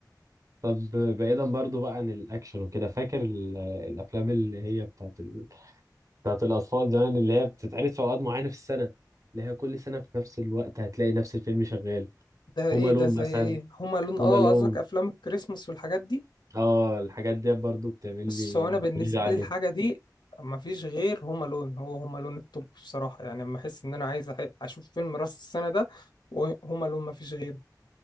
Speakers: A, on the right; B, on the left.
A: طب بعيدا برضو بقى عن الاكشن وكده فاكر ال- الافلام اللي هي بتاعت ال... بتاعت الاطفال زمان اللي هي بتتعرض في اوقات معينه في السنه اللي هي كل سنه في نفس الوقت هتلاقي نفس الفيلم شغال
B: ده ايه
A: هوم الون
B: ده زي
A: مثلا
B: ايه هما لون
A: هوم
B: اه
A: الون
B: قصدك افلام الكريسماس والحاجات دي
A: اه الحاجات دي برضو بتعمل
B: بص
A: لي
B: هو
A: نوستالجيا
B: انا بالنسبه
A: عليها
B: لي الحاجه دي ما فيش غير هوم الون هو هوم الون التوب بصراحه يعني لما احس ان انا عايز أح- اشوف فيلم راس السنه ده وهوم الون ما فيش غيره